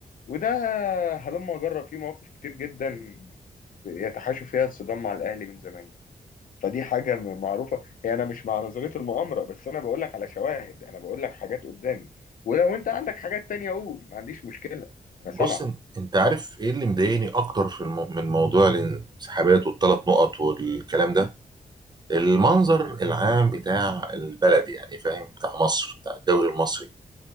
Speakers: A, on the left; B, on the right.
A: وده هلما جرى فيه مواقف كتير جدا يتحاشوا فيها الصدام مع الاهلي من زمان يعني. فدي حاجة م- معروفة هي أنا مش مع نظرية المؤامرة بس أنا بقول لك على شواهد أنا بقول لك حاجات قدامي ولو أنت عندك حاجات تانية قول ما عنديش مشكلة أنا
B: بص
A: سامعك
B: إن- انت عارف ايه اللي مضايقني اكتر في المو... من موضوع الانسحابات والثلاث نقط والكلام ده المنظر العام بتاع البلد يعني فاهم بتاع مصر بتاع الدوري المصري